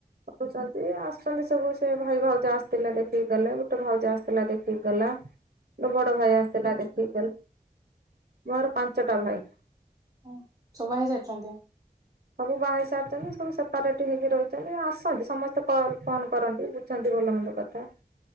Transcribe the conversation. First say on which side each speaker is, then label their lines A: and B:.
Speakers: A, on the right (about 55°); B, on the right (about 20°).
A: କରୁଛନ୍ତି, ଆସୁଛନ୍ତି। ସବୁ ସେ ଭାଇ ଭାଉଜ ଆସିଥିଲେ ଦେଖିକି ଗଲେ। ଗୋଟେ ଭାଉଜ ଆସିଥିଲା ଦେଖିକି ଗଲା।
B: ହଁ <inaudible>
A: ମୋ ବଡ ଭାଇ ଆସିଥିଲା ଦେଖିକି ଗଲା। ମୋର ପାଞ୍ଚଟା ଭାଇ।
B: ହ ସବା ହେଇଯାଇଛନ୍ତି।
A: ସବୁ ବାହା ହେଇ ସାରିଛନ୍ତି। ସବୁ ସେପାରେଟ୍ ହେଇକି ରହିଛନ୍ତି। ଆସନ୍ତି ସମସ୍ତେ କଲ ଫୋନ୍ କରନ୍ତି। ଛନ୍ତି ଭଲମନ୍ଦ କଥା।